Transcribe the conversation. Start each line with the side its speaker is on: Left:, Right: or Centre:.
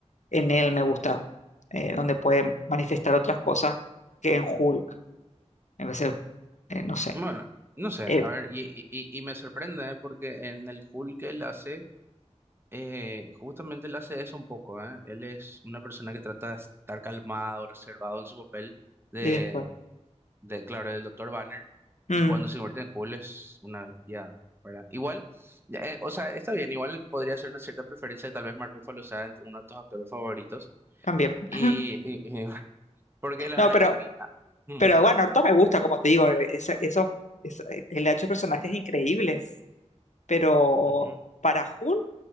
Left: en él me
Right: ujú.
Left: gusta, eh, donde puede manifestar otras cosas que en Hulk. En vez de, eh, no sé,
Right: Bueno, no sé,
Left: él.
Right: a ver, y, y, y y me sorprende ¿eh? porque en el Hulk que él hace Eh, justamente él hace eso un poco, ¿eh? Él es una persona que trata de estar calmado, reservado en su papel de,
Left: Y después,
Right: de claro, del doctor Banner,
Left: mm,
Right: y cuando se convierte en Hulk es una bestia, ¿verdad? Igual, ya, eh, o sea, está bien, igual podría ser una cierta preferencia, tal vez Mark Ruffalo sea entre uno de tus actores favoritos,
Left: también.
Right: y,
Left: <laughs>
Right: y- y- <laughs> porque la
Left: No,
Right: verdad
Left: pero,
Right: que a mí... ah, mm,
Left: pero bueno, Orto me gusta, como te digo, eso, eso, eso- él ha hecho personajes increíbles, pero
Right: ujú.
Left: para Hulk,